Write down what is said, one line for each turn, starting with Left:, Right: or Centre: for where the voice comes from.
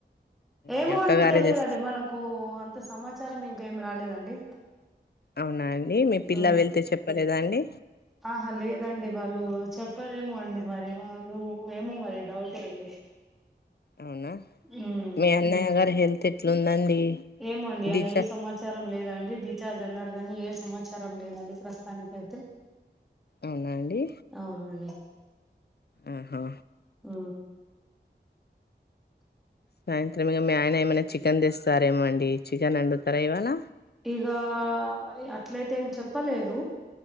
Centre: ఏమో
Left: మీ అక్కగారే
Centre: అండి తెలీదండి
Left: తెస్
Centre: మనకు అంత సమాచారం ఇంక ఏమి రాలేదండి
Left: అవునా అండి మీ పిల్లా
Centre: ఉమ్,
Left: వెళ్తే చెప్పలేదా అండి
Centre: ఆహా లేదండి వాళ్ళు చెప్పారేమో అండి మరి వాళ్ళు ఏమో మరి డౌట్ ఏండి
Left: అవునా
Centre: ఉమ్.
Left: మీ అన్నయ్య గారు హెల్త్ ఎట్లుందండి
Centre: ఏమో అండి <unintelligible>
Left: డిజ
Centre: ఏ సమాచ సమాచారం లేదండి డిచార్జ్ అన్నారు కానీ ఏ సమాచారం లేదండి ప్రస్తుతానికయితే
Left: అవునా అండి
Centre: అవునండి
Left: ఆహా
Centre: ఆ
Left: సాయంత్రం ఇక మీ ఆయన ఏమైనా చికెన్ తెస్తారేమో అండి చికెన్ అండుతారా ఇవాళ
Centre: ఇగ అట్లయితే ఏం చెప్పలేదు